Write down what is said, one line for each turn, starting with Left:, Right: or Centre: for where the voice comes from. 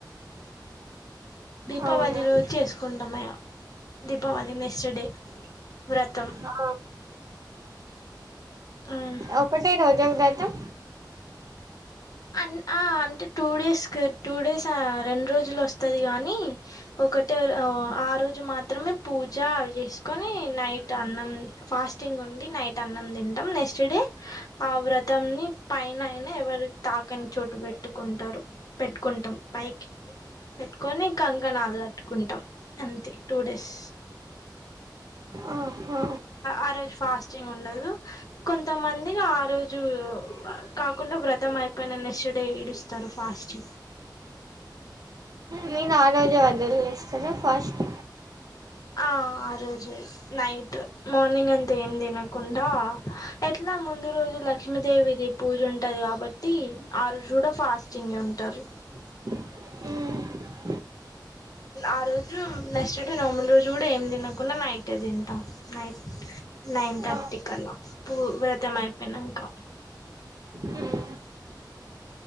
Left: దీపావళి
Right: అవును
Left: రోజు చేసుకుంటా మే దీపావళి మెస్టర్ డే వ్రతం
Right: ఆ, ఆ.
Left: ఉమ్
Right: ఒకటే రోజా వ్రతం
Left: అ అంటే టూ డేస్ క టూ డేస్ రెండు రోజులు వస్తది గానీ ఒకటే ఆ రోజు మాత్రమే పూజ చేసుకొని నైట్ అన్నం ఫాస్టింగ్ ఉండి నైట్ అన్నం తింటాం నెక్స్ట్ డే ఆ వ్రతాన్ని పైన అయినా ఎవరి పక్కని చోటు పెట్టుకుంటారు పెట్టుకుంటాం పైకి పెట్టుకొని ఇంకా కంకాణలు గట్టు కుంటాం అంతే టూ డేస్
Right: ఆహా.
Left: ఆ రోజు ఫాస్టింగ్ ఉండదు కొంతమంది ఆ రోజు కాకుండా వ్రతం అయిపోయిన నెక్స్ట్ డే ఇడుస్తారు ఫాస్ట్
Right: మీరు ఆ రోజే వదిలేస్తారా ఫస్ట్
Left: ఆ ఆ రోజు నైట్ మార్నింగ్ అంతా ఏం తినకుండా ఎ ఇలా ముందు రోజు లక్ష్మీదేవిది పూజ ఉంటుది కాబట్టి ఆ రోజు కూడా ఫాస్టింగ్ ఉంటారు
Right: ఉ
Left: ఆ రోజు నెక్స్ట్ డే నార్మల్ రోజు కూడా ఏం తినకుండా నైటే తింటాం, నైట్ నైన్ థర్టీ
Right: ఆ,
Left: థర్టీ కల్లా పూ వ్రతమయపోయినంకా
Right: మ్మ్.